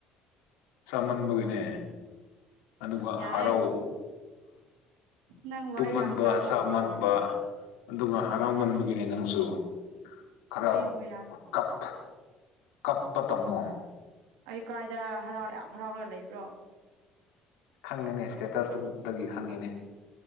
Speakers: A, on the left; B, on the right.
A: ꯆꯥꯃꯟꯕꯒꯤꯅꯦ ꯑꯗꯨꯒ
B: ꯌꯥꯔꯦ
A: ꯍꯔꯥꯎ
B: ꯅꯪꯕꯨ
A: ꯇꯨꯝꯃꯟꯕ
B: ꯑꯩ ꯌꯥꯝ ꯆꯥꯕ
A: ꯆꯥꯃꯟꯕ
B: ꯎꯕ꯭ꯔꯣ
A: ꯑꯗꯨꯒ ꯍꯔꯥꯎꯃꯟꯕꯒꯤꯅꯦ ꯅꯪꯁꯨ ꯈꯔ
B: ꯑꯩꯕꯨ ꯌꯥ
A: ꯀꯞ ꯀꯄ ꯇꯝꯃꯣ
B: ꯑꯩ ꯀꯥꯏꯗ ꯍꯔꯥꯎ ꯌꯥꯝ ꯍꯔꯥꯎꯔꯒ ꯂꯩꯕ꯭ꯔꯣ
A: ꯈꯪꯉꯦꯅꯦ ꯁ꯭ꯇꯦꯇꯁꯇꯗꯒꯤ ꯈꯪꯉꯤꯅꯦ